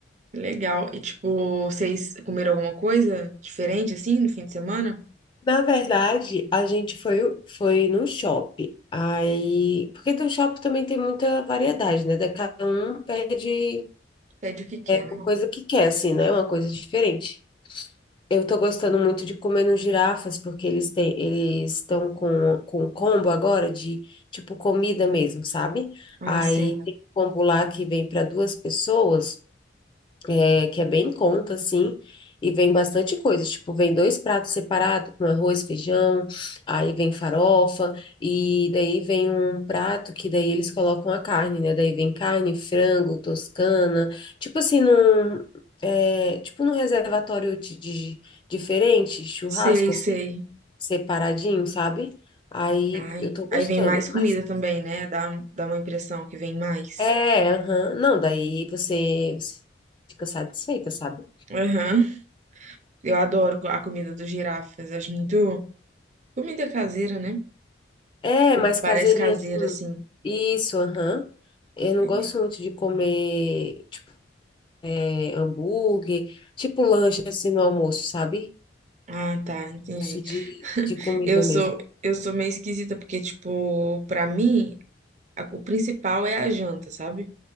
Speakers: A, on the right (about 40°); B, on the left (about 25°).
A: Legal. E, tipo, vocês comeram alguma coisa diferente, assim, no fim de semana?
B: Na verdade, a gente foi, foi num shopping. Aí, porque do shopping também tem muita variedade, né? Da- Cada um pede
A: Pede o que quer,
B: uma
A: né?
B: coisa que quer, assim, né? Uma coisa diferente. Eu tô gostando muito de comer nos girafas, porque eles têm, eles estão com, com um combo agora de, tipo, comida mesmo, sabe?
A: Ah,
B: Aí
A: sim.
B: tem um combo lá que vem para duas pessoas, é, que é bem em conta, assim, e vem bastante coisa. Tipo, vem dois pratos separados com arroz, feijão, aí vem farofa, e daí vem um prato que daí eles colocam a carne, né? Daí vem carne, frango, toscana, tipo assim, num, é, tipo num reservatório de, de- diferente, churrasco,
A: Sei,
B: assim,
A: sei.
B: separadinho, sabe? Aí
A: Ai.
B: eu tô gostando,
A: Aí vem mais
B: mas
A: comida também, né? Dá, dá uma impressão que vem mais.
B: é, aham, Não, daí você, você fica satisfeita, sabe?
A: Aham. Eu adoro co- a comida dos girafas. Acho muito. Comida caseira, né?
B: É,
A: Tipo,
B: mais
A: parece
B: caseirinha
A: caseira,
B: assim.
A: assim.
B: Isso, aham. Eu não
A: É.
B: gosto muito de comer, tipo, é, hambúrguer, tipo lanche assim no almoço, sabe?
A: Ah, tá. Entendi.
B: Gosto de, de comida
A: Eu sou,
B: mesmo.
A: eu sou meio esquisita, porque, tipo, pra mim, a- o principal é a janta, sabe?